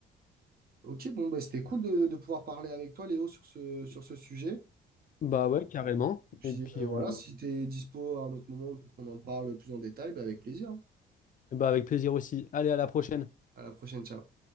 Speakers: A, on the right (about 50°); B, on the left (about 40°).
A: Ok, bon, bah, c'était cool de, de pouvoir parler avec toi, Léo, sur ce, sur ce sujet.
B: Bah ouais, carrément.
A: Puis
B: Et puis,
A: euh,
B: on...
A: voilà, si tu es dispo à un autre moment pour qu'on en parle plus en détail, bah, avec plaisir. hein.
B: bah, avec plaisir aussi. Allez, à la prochaine.
A: À la prochaine, ciao.